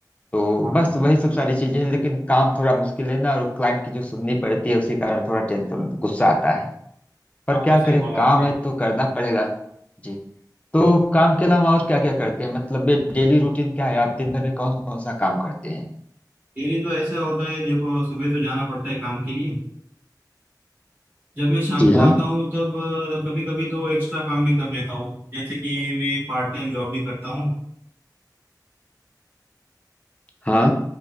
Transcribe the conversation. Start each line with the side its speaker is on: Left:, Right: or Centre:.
Left: तो
Right: हाँ
Left: बस वही सब सारी चीजें हैं लेकिन काम थोड़ा मुश्किल है ना और क्लाइंट की जो सुननी पड़ती है उसी कारण थोड़ा टेंशन गुस्सा आता है पर
Right: हाँ वो
Left: क्या
Right: तो सही
Left: करें
Right: बोला
Left: काम
Right: आपने
Left: है तो करना पड़ेगा जी तो काम के अलावा और क्या क्या करते हैं मतलब ये डेली रूटीन क्या है आप दिन भर में कौन कौन सा काम करते हैं
Right: डेली तो ऐसा होता है देखो सुबह तो जाना पड़ता है काम के लिए जब मैं शाम
Left: जी
Right: को
Left: हाँ
Right: आता हूँ तब कभी कभी तो एक्स्ट्रा काम भी कर लेता हूँ जैसे कि मैं पार्ट टाइम जॉब भी करता हूँ
Left: हाँ